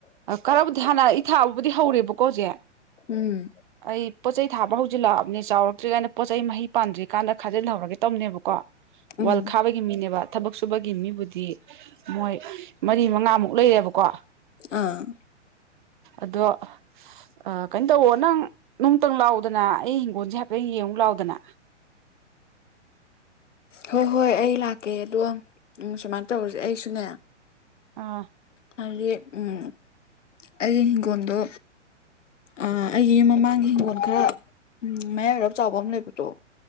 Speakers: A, on the right (about 45°); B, on the left (about 80°).
A: ꯀꯔꯕꯨꯗꯤ ꯍꯥꯟꯅ ꯑꯩ ꯊꯥꯕꯕꯨꯗꯤ ꯍꯧꯔꯦꯕꯀꯣ ꯍꯧꯖꯤꯛ
B: ꯎꯝ
A: ꯑꯩ ꯄꯣꯠ ꯆꯩ ꯊꯥꯕ ꯍꯧꯖꯤꯜꯂꯛꯑꯝꯅꯦ ꯆꯥꯎꯔꯛꯇ꯭ꯔꯤ ꯉꯥꯏꯅ ꯄꯣꯠ ꯆꯩ ꯃꯍꯩ ꯄꯥꯟꯗ꯭ꯔꯤꯀꯥꯟꯗ ꯈꯥꯖꯤꯜꯍꯧꯔꯒꯦ ꯇꯧꯅꯦꯕꯀꯣ
B: ꯎꯝ
A: ꯋꯥꯜ ꯈꯥꯕ ꯒꯤ ꯃꯤꯅꯦꯕ ꯊꯕꯛ ꯁꯨꯕꯒꯤ ꯃꯤꯕꯨꯗꯤ ꯃꯣꯏ ꯃꯔꯤ ꯃꯉꯥꯃꯨꯛ ꯂꯩꯔꯦꯕꯀꯣ
B: ꯑ
A: ꯑꯗꯣ ꯑ ꯀꯩꯅꯣ ꯇꯧꯋꯣ ꯅꯪ ꯅꯣꯡꯇꯪ ꯂꯥꯛꯎꯗꯅ ꯑꯩ ꯍꯤꯡꯒꯣꯟꯖꯦ ꯍꯥꯏꯐꯦꯠ ꯌꯦꯡꯉꯨ ꯂꯥꯎꯗꯅ
B: ꯍꯣ ꯍꯣꯏ ꯑꯩ ꯂꯥꯛꯀꯦ ꯑꯗꯣ ꯎꯝ ꯁꯨꯝꯃꯥꯏ ꯇꯧꯔꯖꯦ ꯑꯩꯁꯨꯅꯦ
A: ꯑ
B: ꯍꯥꯏꯗꯤ ꯎꯝ ꯑꯩꯒꯤ ꯍꯤꯡꯒꯣꯟꯗꯣ ꯑꯥ ꯑꯩꯒꯤ ꯌꯨꯝ ꯃꯃꯥꯡꯒꯤ ꯍꯤꯡꯒꯣꯜ ꯈꯔ ꯎꯝ ꯃꯌꯥꯏ ꯋꯥꯢꯔꯞ ꯆꯥꯎꯕ ꯑꯃ ꯂꯩꯕꯗꯣ